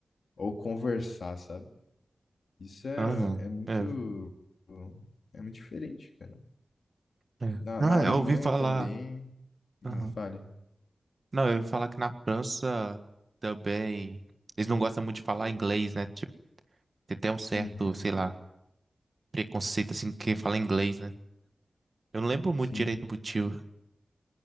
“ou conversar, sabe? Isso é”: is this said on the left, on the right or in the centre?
Left